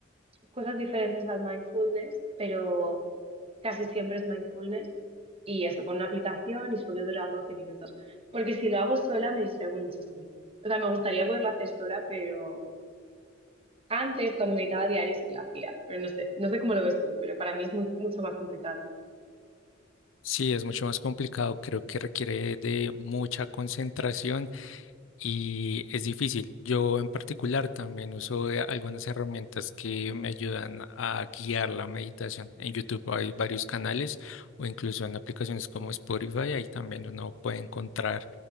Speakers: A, on the right (about 30°); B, on the left (about 85°).
A: cosas diferentes al mindfulness, pero casi siempre es mindfulness y eso con una aplicación y suele durar 12 minutos, porque si lo hago sola me distraigo muchísimo. O sea, me gustaría poderlo hacer sola, pero... Antes, cuando meditaba a diario, sí que lo hacía, pero no sé, no sé cómo lo ves tú, pero para mí es muy, mucho más complicado.
B: Sí, es mucho más complicado, creo que requiere de mucha concentración y es difícil. Yo en particular también uso de algunas herramientas que me ayudan a guiar la meditación. En YouTube hay varios canales o incluso en aplicaciones como Spotify, ahí también uno puede encontrar